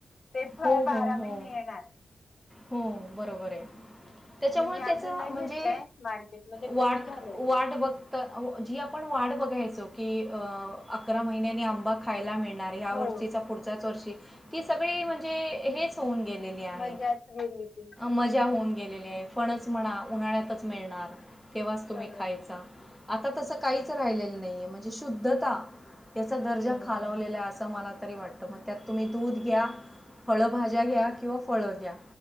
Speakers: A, on the left; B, in the centre.
A: ते फळ
B: हो हो
A: बारा
B: हो
A: महिने येणार
B: हो बरोबर आहे. त्याच्यामुळे
A: म्हणजे मी अजून
B: त्याचा
A: नाही
B: म्हणजे
A: घेतलंय मार्केटमध्ये
B: वाट
A: पण निघालय
B: वाट
A: ते
B: बघता जी आपण वाट बघायचो. कि अ अकरा महिन्यानी आंबा खायला मिळ नार ह्या
A: हो
B: वर्षीचा पुढच्याच वर्षी की सगळी म्हणजे हेच होऊन गेलेली आहे.
A: मजाच गेली ती
B: मजा होऊन गेलेली आहे फणस म्हणा उन्हाळ्यातच मिळणार तेव्हाच तुम्ही
A: हो
B: खायचा. आता तसं काहीच राहिलेलं नाही आहे म्हणजे शुद्धता याचा दर्जा
A: हम्म
B: खालावलेला आहे असा मला त तरी वाटत मग त्यात तुम्ही दूध घ्या, फळभाज्या घ्या किंवा फळ घ्या.